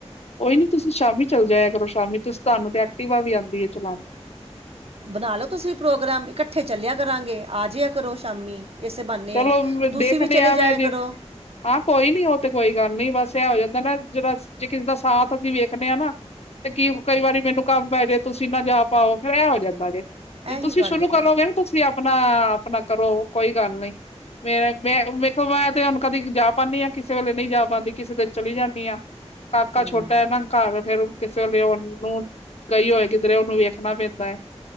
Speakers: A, on the left; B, on the right.
A: ਕੋਈ ਨੀ, ਤੁਸੀਂ ਸ਼ਾਮੀ ਚੱਲ ਜਾਇਆ ਕਰੋ ਸ਼ਾਮੀ, ਤੁਸੀਂ ਤਾਨੂੰ ਤੇ ਐਕਟਿਵਾ ਵੀ ਆਉਂਦੀ ਹੈ ਚਲਾਣੀ।
B: ਬਣਾ ਲੋ ਤੁਸੀਂ ਵੀ ਪ੍ਰੋਗਰਾਮ, ਇਕੱਠੇ ਚੱਲਿਆ ਕਰਾਂਗੇ, ਆ ਜੇਆ ਕਰੋ ਸ਼ਾਮੀ। ਇਸੇ ਬਾਨੇ,
A: ਚਲੋ ਮ-
B: ਤੁਸੀਂ
A: ਦੇਖਦੇ
B: ਵੀ ਚਲੇ
A: ਆ
B: ਜਾਇਆ
A: ਮੈਂ ਜੇ
B: ਕਰੋ।
A: ਹਾਂ ਕੋਈ ਨੀ, ਉਹ ਤੇ ਕੋਈ ਗੱਲ ਨੀ, ਬਸ ਏਹ ਹੋ ਜਾਂਦਾ ਨਾ, ਜਿਹੜਾ ਜੇ ਕਿਸੀ ਦਾ ਸਾਥ ਅਸੀਂ ਵੇਖਣੇ ਆ ਨਾ ਤੇ ਕੀ, ਕਈ ਵਾਰੀ ਮੈਨੂੰ ਕੰਮ ਪੈ ਜੇ, ਤੁਸੀਂ ਨਾ ਜਾ ਪਾਓ, ਫੇਰ ਐ ਹੋ ਜਾਂਦਾ ਜੇ। ਜੇ
B: ਇਹੀ
A: ਤੁਸੀਂ
B: ਗੱਲ
A: ਸ਼ੁਰੂ
B: ਹੈ
A: ਕਰੋਗੇ ਨਾ, ਤੁਸੀਂ ਆਪਣਾ, ਆਪਣਾ ਕਰੋ, ਕੋਈ ਗੱਲ ਨਈ। ਮੇਰਾ, ਮੈਂ ਵੇਖੋ ਮੈਂ ਤੇ ਹੁਣ ਕਦੀ ਜਾ ਪਾਉਂਣੀ ਆ, ਕਿਸੇ ਵੇਲੇ ਨਈ ਜਾ ਪਾਉਂਦੀ, ਕਿਸੇ ਦਿਨ ਚਲੀ ਜਾਣੀ ਆ। ਕਾਕਾ
B: ਹੂੰ
A: ਛੋਟਾ ਏ ਨਾ। ਘਰ ਫੇਰ ਕਿਸੇ ਵੇਲੇ ਉਹਨੂੰ, ਗਈ ਹੋਏ ਕਿਧਰੇ, ਉਹਨੂੰ ਵੇਖਣਾ ਪੈਂਦਾ ਏ।